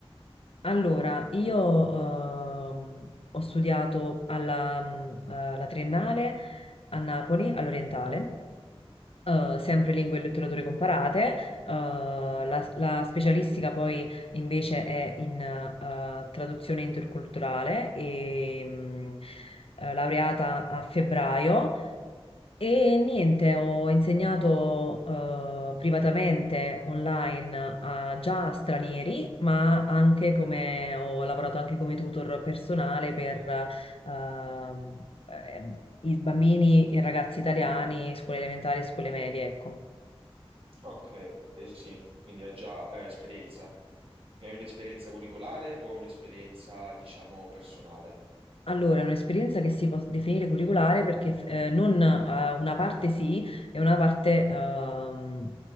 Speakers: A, on the left; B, on the right.
A: Allora, io ehm, ho studiato alla, mm, eh, alla triennale a Napoli, all'Orientale. eh, sempre lingue e letterature comparate, eh, la, la specialistica poi invece è in eh, traduzione interculturale e mh, eh, laureata a febbraio e niente, ho insegnato eh, privatamente online a- già a stranieri, ma anche come ho lavorato anche come tutor personale per ehm, eh, i bambini e ragazzi italiani,
B: Mhm.
A: scuole elementari e scuole medie, ecco.
B: Ok, eh sì, quindi hai già eh, esperienza. Hai un'esperienza curricolare o un'esperienza, diciamo, personale?
A: Allora, è un'esperienza che si può definire curriculare perché eh, non, eh, una parte sì e una parte ehm,